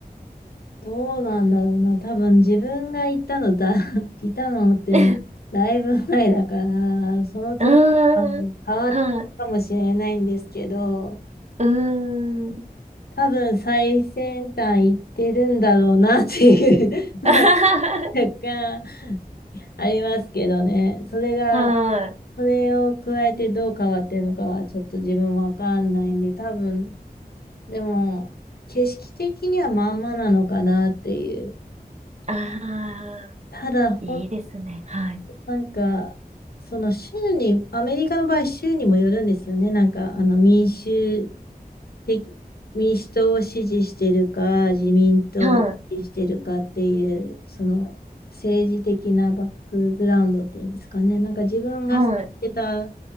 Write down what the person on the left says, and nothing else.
どうなんだろうな。多分、自分が行ったのだ、<laughs> いたのっても、
だいぶ前だから、その時、
まあの変わったかもしれないんですけど、
多分最先端行ってるんだろうなっていう
<laughs> 若干ありますけどね。それが、
それを加えてどう変わってるのかはちょっと自分もわかんないんで、多分、でも景色的にはまんまなのかなっていう。
ただ本
なんか、その州に、アメリカの場合、州にもよるんですよね。なんか、あの、民主的、民主党を支持してるか、自民党を支持してるかっていう、
その政治的なバックグラウンドっていうんですかね。なんか自分が知ってた